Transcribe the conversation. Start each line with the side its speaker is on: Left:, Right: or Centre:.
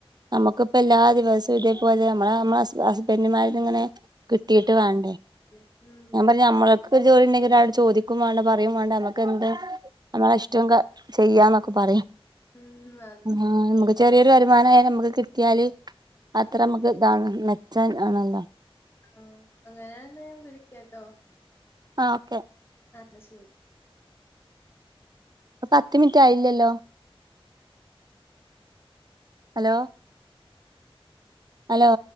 Right: നമ്മുക്കിപ്പ എല്ലാ ദിവസവു ഇതേപോലെ നമ്മളെ നമ്മ ഹസ്ബന്റ്മാരത് ഇങ്ങനെ കിട്ടിയിട്ട്
Left: ഉം
Right: വേണ്ടേ
Left: ഉം
Right: ഞാൻ പറഞ്ഞു നമ്മളക്ക് ഒരു ജോലി ഇണ്ടെങ്കി ഒരാളോട് ചോദിക്കും വേണ്ട പറയും വേണ്ട നമക്ക് എന്ത് നമ്മള ഇഷ്ടം
Left: അതെ
Right: ക ചെയ്യാന്നൊക്ക പറയ്
Left: ഉം വ
Right: ആഹ് നമുക്ക് ചെറിയൊരു വരുമാനായി നമക്ക് കിട്ടിയാല് അത്ര
Left: ആഹ്
Right: നമക്ക്
Left: അതെ
Right: ഇതാണ് മെ ച്ചം ആണല്ലൊ.
Left: ആഹ് അങ്ങനെയാണെന്ന ഞാൻ വിളിക്കാട്ടൊ.
Right: ആഹ് ഓക്കെ.
Left: അത് ശെരി.
Right: ഇപൊ പത്ത് മിൻറ്റ് ആയില്ലല്ലൊ. ഹലോ. അലോ.